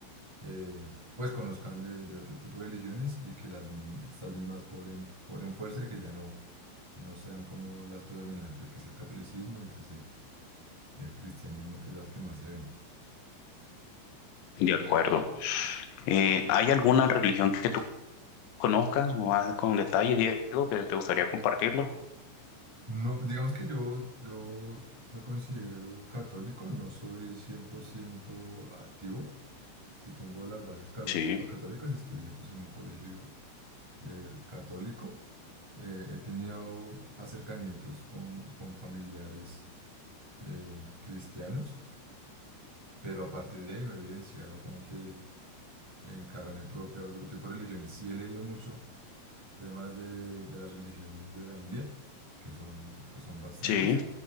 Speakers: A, in the centre; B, on the left.
A: eh, pues conozcan de, de otro tipo de religiones y que las mismas, estas mismas cobren, cobren fuerza y que ya no, no sean como las predominantes, que es el catolicismo y pues el, el cristianismo, que es las que más se ven.
B: De acuerdo. Eh, ¿hay alguna religión que tú conozcas más con detalle, Diego, que te gustaría compartirlo?
A: No, digamos que yo, yo me considero católico, no soy 100% activo. Si tengo las bases ca-
B: Sí,
A: católicas, estudié pues en un colegio eh, católico. Eh, he tenido acercamientos con, con familiares eh, cristianos, pero a partir de ahí no he evidenciado como que en carne propia otro tipo de religiones. Sí he leído mucho temas de, de las religiones de la India, que son, pues son bastantes,
B: sí,